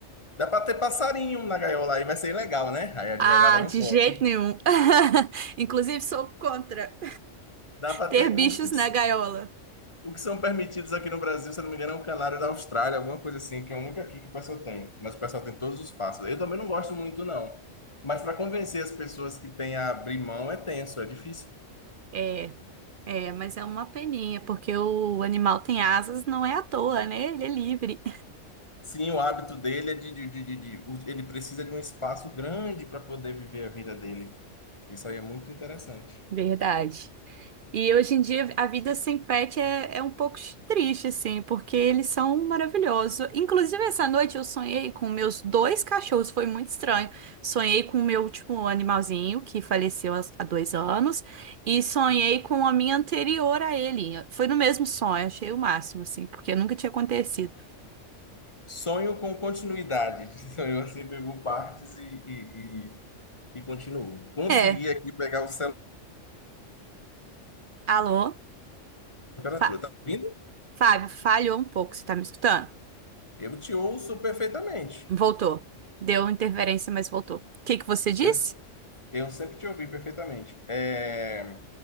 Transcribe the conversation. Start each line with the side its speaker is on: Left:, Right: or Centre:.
Left: Dá para ter passarinho na gaiola, aí vai ser ilegal, né? Aí a advogada
Right: Ah,
Left: não
Right: de
Left: pode.
Right: jeito nenhum. <laughs> Inclusive, sou contra
Left: Dá para
Right: ter
Left: ter.
Right: bichos
Left: Os, os-
Right: na gaiola.
Left: o que são permitidos aqui no Brasil, se eu não me engano, é o canário da Austrália, alguma coisa assim, que é a única aqui que o pessoal tem. Mas o pessoal tem todos os passos. Eu também não gosto muito, não. Mas para convencer as pessoas que têm a abrir mão é tenso, é difícil.
Right: É, é, mas é uma peninha, porque o animal tem asas, não é à toa, né? Ele é livre.
Left: Sim, o hábito dele é de, de, de, de- de- o- ele precisa de um espaço grande para poder viver a vida dele. Isso aí é muito interessante.
Right: <laughs> Verdade. E hoje em dia a vida sem pet é, é um pouco triste, assim, porque eles são maravilhosos. Inclusive, essa noite eu sonhei com meus dois cachorros, foi muito estranho. Sonhei com o meu último animalzinho, que faleceu há há dois anos, e sonhei com a minha anterior a ele. Foi no mesmo sonho, achei o máximo, assim, porque nunca tinha acontecido.
Left: Sonho com continuidade. <laughs> Sonhou assim, pegou partes e, e, e, e continuou. Consegui
Right: É,
Left: aqui pegar o celular
Right: alô?
Left: na temperatura.
Right: Fa-
Left: Tá ouvindo?
Right: Fábio, falhou um pouco, você tá me escutando?
Left: Eu te ouço perfeitamente.
Right: Voltou. Deu interferência, mas voltou. O que que você disse?
Left: Eu, eu sempre te ouvi perfeitamente. É,